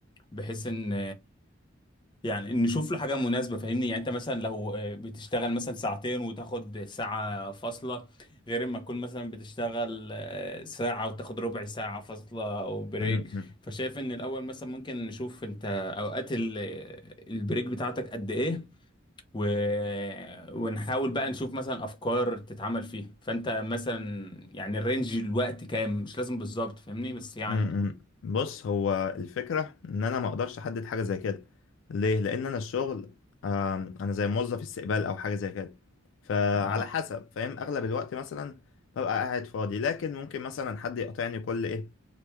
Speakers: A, on the left (about 25°); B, on the left (about 70°).
A: بحيث ان يعني نشوف له حاجة مناسبة فاهمني يعني انت مثلا لو آه، بتشتغل مثلا ساعتين وتاخد ساعة فاصلة غير ما تكون مثلا بتشتغل آه، ساعة وتاخد ربع ساعة فاصلة او بريك
B: <laughs>
A: فشايف ان الاول مثلا ممكن نشوف انت اوقات ال- البريك بتاعتك قد ايه و... ونحاول بقى نشوف مثلا افكار تتعمل فيها فانت مثلا يعني الرينج الوقت كام مش لازم بالظبط فاهمني بس يعني
B: امم بص هو الفكرة ان انا ما اقدرش احدد حاجة زي كده ليه لان انا الشغل آم، انا زي موظف استقبال او حاجة زي كده فعلى
A: آه.
B: حسب فاهم اغلب الوقت مثلا ببقى قاعد فاضي لكن ممكن مثلا حد يقاطعني كل ايه